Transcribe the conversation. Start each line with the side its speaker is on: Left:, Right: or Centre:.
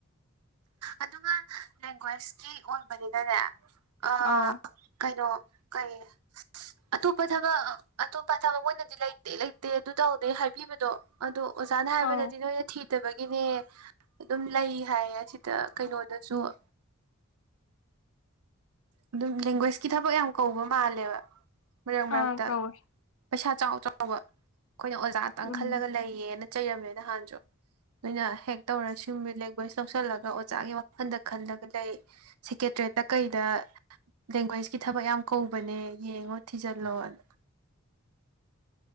Right: ꯑꯗꯨꯒ ꯂꯦꯡꯒ꯭ꯋꯦꯁꯀꯤ ꯑꯣꯏꯕꯅꯤꯅꯅꯦ ꯑꯥ
Left: ꯑꯧ
Right: ꯀꯩꯅꯣ ꯀꯩ ꯑꯇꯣꯞꯄ ꯊꯕꯛ ꯑꯇꯣꯞꯄ ꯊꯕꯛ ꯃꯣꯏꯅꯗꯤ ꯂꯩꯇꯦ ꯂꯩꯇꯦ ꯑꯗꯨ ꯇꯧꯗꯦ ꯍꯥꯏꯕꯤꯕꯗꯣ ꯑꯗꯣ ꯑꯣꯖꯥꯅ ꯍꯥꯏꯕꯗꯗꯤ
Left: ꯑꯧ
Right: ꯅꯣꯏꯅ ꯊꯤꯗꯕꯒꯤꯅꯦ ꯑꯗꯨꯝ ꯂꯩ ꯍꯥꯏꯌꯦ ꯁꯤꯗ ꯀꯩꯅꯣꯗꯖꯨ ꯑꯗꯨꯝ ꯂꯦꯡꯒ꯭ꯋꯦꯁꯀꯤ ꯊꯕꯛ ꯌꯥꯝ ꯀꯧꯕ ꯃꯥꯜꯂꯦꯕ ꯃꯔꯛ ꯃꯔꯛꯇ
Left: ꯑꯥ ꯀꯧꯋꯦ
Right: ꯄꯩꯁꯥ ꯆꯥꯎ ꯆꯥꯎꯕ ꯑꯩꯈꯣꯏꯅ ꯑꯣꯖꯥꯇꯪ
Left: ꯎꯝ
Right: ꯈꯜꯂꯒ ꯂꯩꯌꯦꯅ ꯆꯩꯔꯝꯃꯦ ꯅꯍꯥꯟꯁꯨ ꯅꯣꯏꯅ ꯍꯦꯛ ꯇꯧꯔꯁꯨ ꯃꯦꯠ ꯂꯦꯡꯒ꯭ꯋꯦꯖ ꯂꯧꯁꯤꯜꯂꯒ ꯑꯣꯖꯥꯒꯤ ꯋꯥꯈꯜꯗ ꯈꯜꯂꯒ ꯂꯩ ꯁꯦꯀꯦ ꯇ꯭ꯔꯦꯠꯇ ꯀꯩꯗ ꯂꯦꯡꯒ꯭ꯋꯦꯁꯀꯤ ꯊꯕꯛ ꯌꯥꯝ ꯀꯧꯕꯅꯦ ꯌꯦꯡꯉꯣ ꯊꯤꯖꯜꯂꯣꯅ <inaudible>